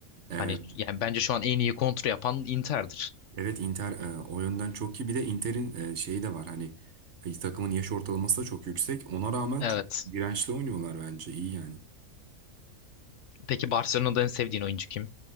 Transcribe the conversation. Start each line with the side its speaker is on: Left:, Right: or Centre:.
Right: Evet,
Left: hani yani bence şu an en iyi kontra yapan Inter'dir.
Right: evet Inter e, o yönden çok iyi. Bir de Inter'in e, şeyi de var hani e, takımın yaş ortalaması da çok yüksek. Ona rağmen
Left: Evet.
Right: çok dirençli oynuyorlar bence iyi yani.
Left: Peki Barcelona'da en sevdiğin oyuncu kim?